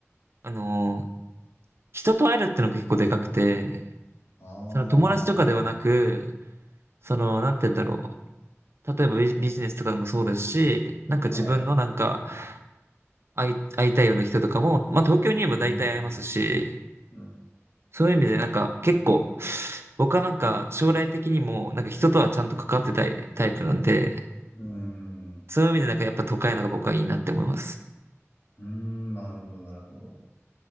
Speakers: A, on the right; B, on the left.
A: あのー人と会えるってのが結構でかくて、
B: ああ。
A: その友達とかではなく、その、なんて言うんだろう。例えばビジビジネスとかでもそうですし、なんか自分のなんか、
B: はい。
A: 会い、会いたいような人とかも、まあ東京にいれば大体会えますし、
B: うーん。うん。
A: そういう意味でなんか結構、僕はなんか将来的にもなんか人とはちゃんと関わってたいタイプなんで、
B: うーん。
A: そういう意味でなんかやっぱ都会のが僕はいいなって思います。
B: うーん。なるほど、なるほど。